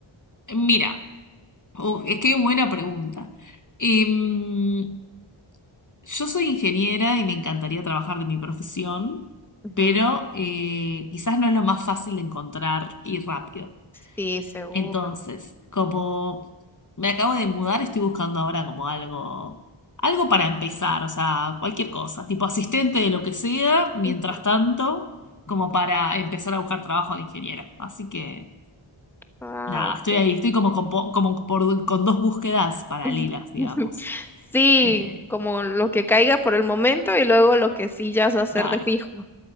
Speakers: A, on the left (about 40°); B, in the centre.
A: Mira, uh, es que buena pregunta. Em, Yo soy ingeniera y me encantaría trabajar de mi profesión,
B: Ujú,
A: pero eh, quizás no es lo más fácil de encontrar y rápido.
B: Sí, seguro.
A: Entonces, como me acabo de mudar, estoy buscando ahora como algo, algo para empezar, o sea, cualquier cosa, tipo asistente de lo que sea, mientras
B: Ujú.
A: tanto, como para empezar a buscar trabajo de ingeniera. Así que,
B: Ah,
A: nada,
B: ok.
A: estoy ahí, estoy como con, po- como por- con dos búsquedas paralelas,
B: <laughs>
A: digamos.
B: Sí,
A: Eh,
B: como lo que caiga por el momento y luego lo que sí ya se va a hacer
A: claro.
B: de fijo.